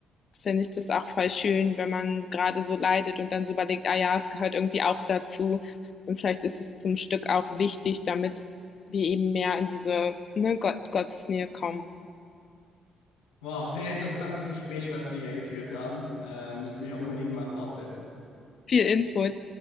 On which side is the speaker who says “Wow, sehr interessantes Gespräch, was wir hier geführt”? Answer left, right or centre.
Left